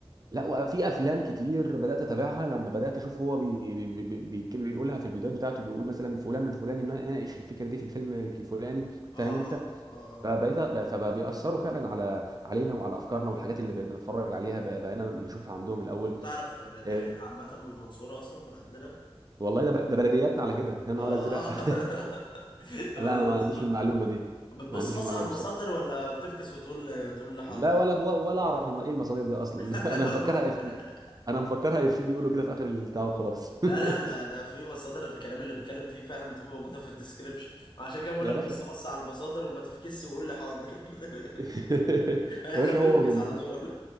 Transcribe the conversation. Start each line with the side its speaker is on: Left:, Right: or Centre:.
Right: لا وفي افلام كتير بدات اتابعها لما بدات اشوف هو بي بي بي بي بي- بيقولها في الفيديوهات بتاعته بيقول مثلا فلان الفلاني ما ناقش الفكره دي في الفيلم الفلاني
Left: اه
Right: فاهم انت
Left: اه اه اه
Right: فبقيت فبيأثروا فعلا على علينا وعلى افكارنا والحاجات اللي بقينا نتفرج عليها بق- بقينا نشوفها عندهم الاول
Left: انت تعرف ان الدحيح
Right: إيه
Left: عامة من المنصورة اصلا من عندنا
Right: والله ده ب- ده بلدياتنا على كده يا نهار
Left: اه
Right: ازرق <laughs>
Left: <laughs>
Right: لا
Left: المنصورة
Right: انا ما عنديش المعلومه دي
Left: بتبص
Right: ما عنديش
Left: بص
Right: المعلومه
Left: على
Right: دي
Left: المصادر
Right: بصراحه
Left: ولا بتفكس وتقول تقول لي حاضر
Right: لا ولا بو ولا اعرف الم- ايه المصادر دي اصلا
Left: <laughs>
Right: <laughs> انا مفكرها افيه انا مفكرها افيه بيقولوا كده في اخر البتاع وخلاص <laughs>
Left: لا لا آه، ده في مصادر الكلام اللي بيتكلم فيه فعلا بتبقى موجودة في الديسكريبشن عشان كده بقول
Right: يا
Left: لك
Right: باشا
Left: بص بص على المصادر وما تفكس وقول لي حاضر <laughs>
Right: <laughs>
Left: احنا
Right: يا باشا
Left: بنفكس
Right: هو بالنسبه
Left: على طول